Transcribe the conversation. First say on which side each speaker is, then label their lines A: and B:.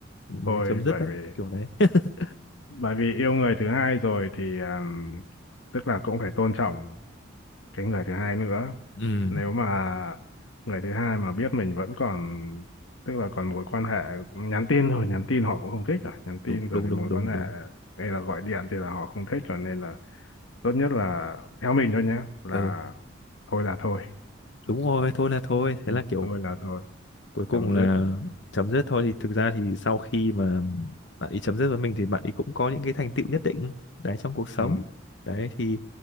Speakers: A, on the left (about 60°); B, on the left (about 85°).
A: mới
B: thôi
A: chấm dứt
B: bởi
A: đấy
B: vì
A: kiểu đấy <laughs>
B: bởi vì yêu người thứ hai rồi thì um, tức là cũng phải tôn trọng cái người thứ hai nữa
A: ừ
B: nếu mà người thứ hai mà biết mình vẫn còn tức là còn mối quan hệ nhắn tin thôi nhắn tin họ cũng không thích rồi nhắn tin
A: đúng
B: rồi
A: đúng
B: thì
A: đúng
B: mối
A: đúng
B: quan hệ
A: đúng
B: hay là gọi điện thì là họ không thích cho nên là tốt nhất là theo mình thôi nhé là
A: ờ
B: thôi là thôi
A: đúng rồi thôi là thôi thế
B: Ừ.
A: là kiểu
B: thôi là thôi
A: cuối cùng
B: chấm
A: là
B: dứt
A: chấm dứt thôi thì thực ra thì sau khi mà bạn ấy chấm dứt với mình thì bạn ấy cũng có những cái thành tựu nhất định đấy trong cuộc sống
B: ừ.
A: đấy thì